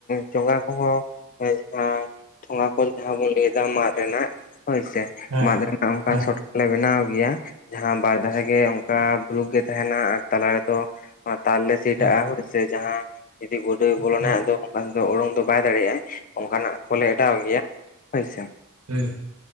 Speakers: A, on the left; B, on the right.
A: ᱪᱚᱸᱜᱟ ᱩᱱᱠᱩ ᱦᱚᱸ ᱚᱱᱮ ᱡᱟᱦᱟᱸᱭ ᱚᱱᱟ ᱠᱚ ᱡᱟᱦᱟᱸ ᱵᱚᱱ ᱞᱟᱹᱭ ᱮᱫᱟ ᱢᱟᱨᱮᱱᱟᱜ ᱦᱳᱭ ᱥᱮ
B: ᱦᱮᱸ
A: ᱢᱟᱫᱮᱱ ᱚᱱᱠᱟᱱ
B: ᱦᱮᱸ
A: ᱥᱚᱴ ᱠᱚᱞᱮ ᱵᱮᱱᱟᱣ ᱜᱮᱭᱟ ᱡᱟᱦᱟᱸ ᱵᱟᱨ ᱫᱷᱟᱨᱮ ᱜᱮ ᱚᱱᱠᱟ ᱯᱷᱩᱞᱤᱠ ᱜᱮ ᱛᱟᱦᱮᱱᱟ ᱟᱨ ᱛᱟᱞᱟ ᱨᱮᱫᱚ ᱛᱟᱨ ᱞᱮ ᱥᱮᱴᱟᱜ-ᱟ
B: ᱦᱮᱸ
A: ᱦᱳᱭ ᱥᱮ ᱡᱟᱦᱟᱸ ᱡᱩᱫᱤ ᱜᱩᱰᱩᱭ ᱵᱚᱞᱚᱱᱟ
B: ᱦᱮᱸ
A: ᱟᱫᱚ ᱚᱱᱠᱟ ᱛᱮᱫᱚ ᱩᱰᱩᱝ ᱫᱚ ᱵᱟᱭ ᱫᱟᱲᱮᱭᱟᱜ-ᱟ ᱚᱱᱠᱟᱱᱟᱜ ᱠᱚᱞᱮ ᱮᱰᱟᱣ ᱜᱮᱭᱟ ᱾ ᱦᱚᱭ ᱥᱮ
B: ᱦᱩᱸ